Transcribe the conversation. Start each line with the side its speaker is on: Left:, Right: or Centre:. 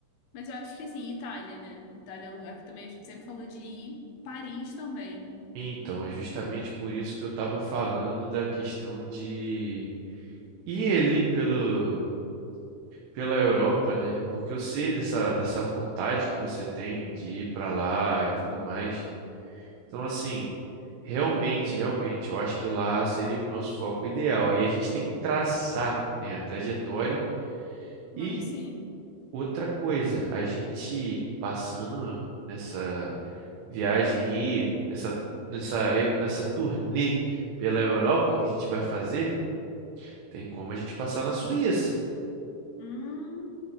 Left: Mas eu acho que assim, Itália, né? Itália é um lugar que também a gente sempre falou de ir. Paris também.
Right: Então, é justamente por isso que eu estava falando da questão de ir ali pelo pela Europa, né? Porque eu sei dessa, dessa vontade que você tem de ir para lá e tudo mais. Então, assim, realmente, realmente, eu acho que lá seria o nosso foco ideal. E a gente tem que traçar, né, a trajetória.
Left: Vamos
Right: E
Left: sim.
Right: outra coisa, a gente passando nessa viagem aí, nessa, nessa, nessa turnê pela Europa que a gente vai fazer, tem como a gente passar na Suíça.
Left: Hum,